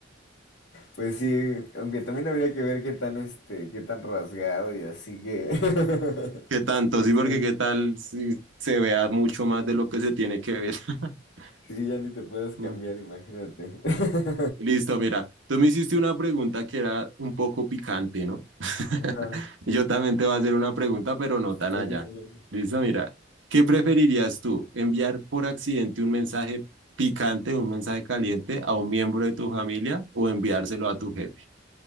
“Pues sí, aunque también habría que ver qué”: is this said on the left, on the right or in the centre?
Left